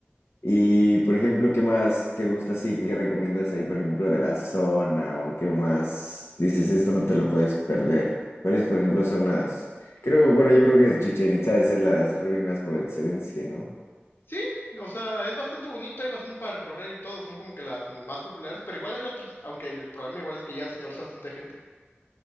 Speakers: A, on the left; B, on the left.
A: Y por ejemplo, ¿qué más te gusta así? ¿Qué recomiendas ahí, por ejemplo, de la zona? ¿O qué más dices, esto no te lo puedes perder? ¿Cuáles, por ejemplo, son las... Creo, bueno, yo creo que Chichen Itza ha de ser las ruinas por excelencia, ¿no?
B: Sí, o sea, es bastante bonito, hay bastante para recorrer y todo, son como que las más populares, pero igual hay otras, aunque el problema igual es que ya se tuerce bastante gente.